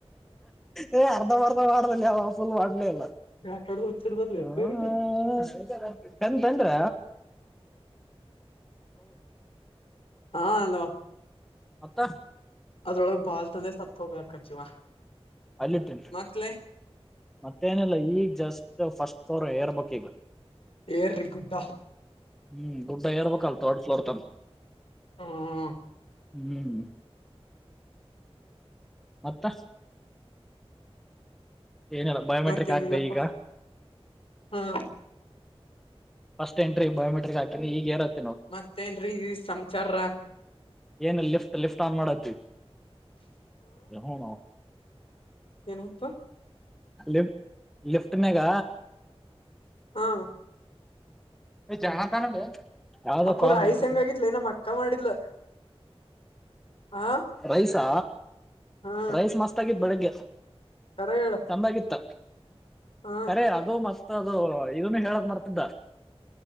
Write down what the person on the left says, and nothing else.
ಆಟಾಡ ಹುಚ್ಚಿರ್ದರ್ಲಿ
ಎಪ್ಪೇರ್ಗೆ
ಹ ಹಲೋ
ಅದ್ರೊಳಗ್ ಬಾಲ್ ತಂದ್ರೆ ಸತ್ ಹೋಗದಕನ್ ಜೀವ
ಮಕ್ಳೇ
ಏರರಿ ಗುಡ್ಡ
ಹ್ಮ ಹ
ಮತ್ತೇನಿಲ್ಲಪ್ಪ
ಹಾ
ಮತ್ತೇನ್ೀ ಈ ಸಮಚಾರ
ಏನಾಯ್ತು
ಹ
ಅಪ್ಪು
ರೈಸ್
ಹೆಂಗಾಗಿತ್ಲೆ ನಮ್ ಅಕ್ಕ ಮಾಡಿದ್ಲ ಹ
ಹಾ
ಕರೆ ಹೇಳ
ಹ